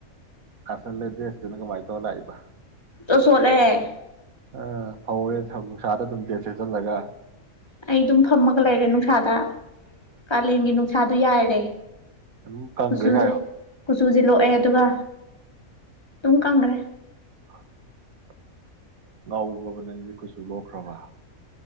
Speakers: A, on the right; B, on the left.
A: ꯀꯁꯜ ꯂꯩꯗꯤꯁ ꯇꯅꯀ ꯃꯥꯥꯏ ꯇꯂ ꯍꯥꯏꯕ
B: ꯇꯣ ꯁꯣꯂꯦ
A: ꯑ ꯐꯧꯔꯦ ꯅꯨꯡꯁꯥꯗ ꯑꯗꯨꯝ ꯇꯦ ꯁꯦꯠꯆꯜꯂꯒ
B: ꯑꯩ ꯑꯗꯨꯝ ꯐꯝꯃꯒ ꯂꯩꯔꯦ ꯅꯨꯡꯁꯥꯗ ꯀꯥꯂꯦꯟꯒꯤ ꯅꯨꯡꯁꯥꯗꯣ ꯌꯥꯏꯔꯦ
A: ꯑꯗꯨꯝ ꯀꯪꯈ꯭ꯔꯦ
B: ꯀꯨꯆꯨꯁꯦ
A: ꯀꯥꯏꯌꯣ
B: ꯀꯨꯆꯨꯁꯦ ꯂꯣꯛꯑꯦ ꯑꯗꯨꯒ ꯑꯗꯨꯝ ꯀꯪꯈ꯭ꯔꯦ
A: ꯑ ꯉ ꯅꯪ ꯀꯁꯨ ꯂꯣꯈ꯭ꯔꯕꯥ